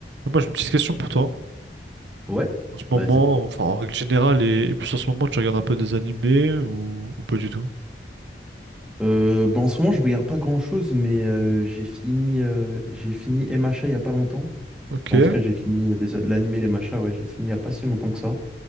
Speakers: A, on the right (about 80°); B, in the centre.
A: Ah, Moi, j'ai une petite question pour toi.
B: Ouais,
A: En ce moment,
B: vas-y.
A: enfin en règle générale, et, et plus en ce moment, tu regardes un peu des animés ou, ou pas du tout?
B: Euh, ben, en ce moment, je regarde pas grand-chose, mais euh, j'ai fini, euh, j'ai fini MHA il y a pas longtemps.
A: Ok.
B: Bon, En tout cas, j'ai fini les- l'anime MHA, ouais, je l'ai fini il y a pas si longtemps que ça.